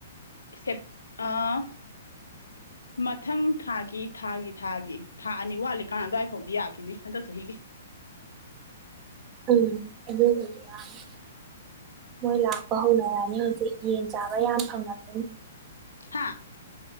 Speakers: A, on the left (about 90°); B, on the right (about 30°).
A: ꯁꯦꯞ ꯑꯥ ꯃꯥꯊꯪ ꯊꯥꯒꯤ ꯊꯥꯒꯤ ꯊꯥꯒꯤ ꯊꯥ ꯑꯅꯤ ꯋꯥꯠꯂꯤꯀꯥꯟ ꯑꯗꯨꯋꯥꯏꯐꯥꯎꯗꯤ ꯌꯥꯈꯤꯅꯤ ꯍꯟꯗꯛ ꯆꯍꯤꯒꯤ
B: ꯎꯝ ꯑꯗꯨꯕꯨꯗꯤ ꯌꯥꯅꯤ ꯃꯣꯏ ꯂꯥꯛꯄ ꯍꯧꯅꯔꯅꯤ ꯍꯧꯖꯤꯛ ꯌꯦꯟ ꯆꯥꯕ ꯌꯥꯝ ꯐꯪꯉꯥꯔꯣꯏꯅꯦ
A: ꯍꯥꯥ